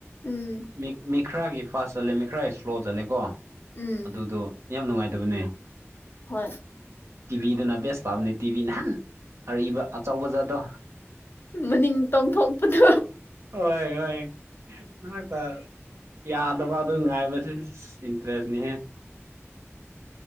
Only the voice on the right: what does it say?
ꯃꯤ ꯃꯤꯈꯔꯒꯤ ꯐꯥꯁ ꯆꯜꯂꯦ ꯃꯤꯈꯔ ꯏꯁ꯭ꯂꯣ ꯆꯠꯂꯦꯀꯣ
ꯑꯗꯨꯗꯣ ꯌꯥꯝ ꯅꯨꯡꯉꯥꯏꯇꯕꯅꯦ
ꯇꯤꯚꯤꯗꯅ ꯕꯦꯁ ꯇꯥꯕꯅꯦ ꯇꯤꯚꯤꯅ ꯑꯔꯤꯕ ꯑꯆꯧꯕ ꯖꯥꯠꯗꯣ
ꯍꯣꯏ ꯍꯣꯏ ꯅꯣꯏꯄꯥꯔꯣ ꯌꯥꯗꯕ ꯑꯗꯨ ꯉꯥꯏꯕꯁꯦ ꯏꯟꯇꯔꯦꯁꯅꯤꯍꯦ